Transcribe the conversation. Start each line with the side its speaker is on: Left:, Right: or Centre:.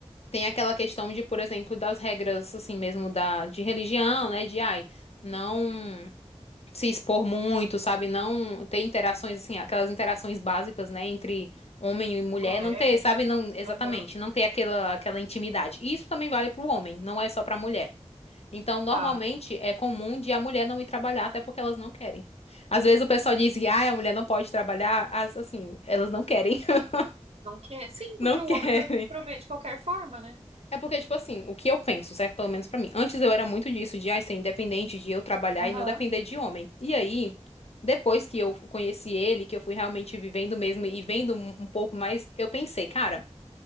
Left: tem aquela questão de, por exemplo, das regras, assim mesmo, da, de religião, né? De, ai, não se expor muito, sabe? Não ter interações, assim, aquelas interações básicas, né? Entre homem e mulher,
Right: Colegas.
Left: não ter, sabe? Não, exatamente,
Right: Aham,
Left: não ter aquela, aquela intimidade. E isso também vale pro homem, não é só pra mulher. Então, normalmente
Right: tá.
Left: é comum de a mulher não ir trabalhar, até porque elas não querem. Às vezes o pessoal diz que ah, a mulher não pode trabalhar, as assim, elas não querem. <laughs>
Right: Não quer? Sim,
Left: Não
Right: porque
Left: quer.
Right: o homem vai ter que prover de qualquer forma, né?
Left: É porque, tipo assim, o que eu penso, certo? Pelo menos pra mim. Antes eu era muito disso, de ai, ser independente, de eu trabalhar
Right: Aham,
Left: e não depender de homem. E aí, depois que eu conheci ele, que eu fui realmente vivendo mesmo e vendo um um pouco mais, eu pensei, cara,